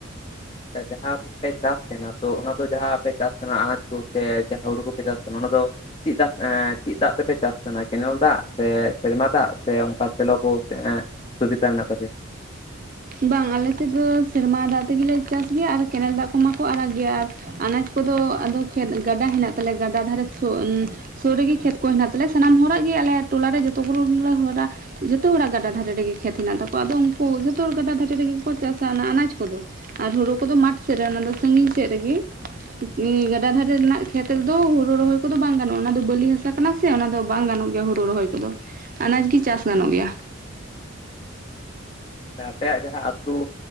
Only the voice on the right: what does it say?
ᱵᱟᱝ ᱟᱞᱮ ᱥᱮᱫ ᱫᱚ ᱥᱮᱨᱢᱟ ᱫᱟᱜ ᱛᱮᱜᱮᱞᱮ ᱪᱟᱥ ᱜᱮᱭᱟ, ᱟᱨ ᱠᱮᱱᱮᱞ ᱫᱟᱜ ᱠᱚᱢᱟᱠᱚ ᱟᱨᱟᱜ ᱜᱮᱭᱟ, ᱟᱨ ᱟᱱᱟᱡ ᱠᱚᱫᱚ ᱟᱫᱚ ᱠᱷᱮᱛ ᱜᱟᱰᱟ ᱦᱮᱱᱟᱜ ᱛᱟᱞᱮ, ᱜᱟᱰᱟ ᱫᱷᱟᱨᱮ ᱥᱩ ᱩᱸᱻ ᱥᱳᱨ ᱨᱮᱜᱤ ᱠᱷᱮᱛ ᱠᱚ ᱦᱮᱱᱟᱜ ᱛᱟᱞᱮᱭᱟ, ᱥᱟᱱᱟᱢ ᱦᱚᱲᱟᱜ ᱜᱮ ᱟᱞᱮ ᱴᱚᱞᱟᱨᱮ ᱡᱚᱛᱚ ᱜᱩᱞᱳ ᱦᱚᱲᱟᱜ ᱡᱷᱚᱛᱚ ᱦᱚᱲᱟᱜ ᱜᱟᱰᱟ ᱫᱷᱟᱨᱮ ᱨᱮᱜᱮ ᱠᱷᱮᱛ ᱦᱮᱱᱟᱜ ᱛᱟᱠᱚᱣᱟ ᱾ ᱟᱫᱚ ᱩᱱᱠᱩ ᱡᱚᱛᱚ ᱦᱚᱲ ᱜᱟᱰᱟ ᱫᱷᱟᱨᱮ ᱨᱮᱜᱮ ᱠᱚ ᱪᱟᱥᱟ ᱚᱱᱟ ᱟᱱᱟᱡ ᱠᱚᱫᱚ᱾ ᱟᱨ ᱦᱩᱲᱳ ᱠᱚᱫᱚ ᱢᱟᱴᱷ ᱥᱮᱫ ᱨᱮ ᱚᱱᱟ ᱫᱚ ᱥᱟᱹᱜᱤᱧ ᱥᱮᱫ ᱨᱮᱜᱤ ᱩᱸ ᱜᱟᱰᱟ ᱫᱷᱟᱨᱮ ᱨᱮᱱᱟᱜ ᱠᱷᱮᱛ ᱨᱮᱫᱚ ᱦᱩᱲᱩ ᱨᱚᱦᱚᱭ ᱠᱚᱫᱚ ᱵᱟᱝ ᱜᱟᱱᱚᱜᱼᱟ, ᱚᱱᱟ ᱫᱚ ᱵᱟᱹᱞᱤ ᱦᱟᱥᱟ ᱠᱟᱱᱟ ᱥᱮ ᱚᱱᱟ ᱫᱚ ᱵᱟᱝ ᱜᱟᱱᱚᱜ ᱜᱮᱭᱟ ᱦᱩᱲᱩ ᱨᱚᱦᱚᱭ ᱠᱚᱫᱚ, ᱟᱱᱟᱡᱽ ᱜᱮ ᱪᱟᱥ ᱜᱟᱱᱚᱜ ᱜᱮᱭᱟ᱾